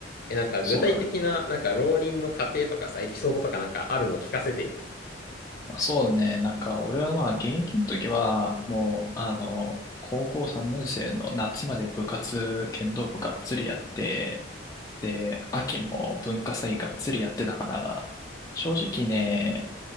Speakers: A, on the left; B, on the left.
A: え、なんか具体的な、
B: そうだね。
A: なんか浪人の過程とかさ、エピソードとかなんかあるの聞かせてよ。
B: まあそうだね。なんか、俺はまあ、現役の時は、もう、あの、高校3年生の夏まで部活、剣道部がっつりやって、で、秋も文化祭がっつりやってたから、正直ね、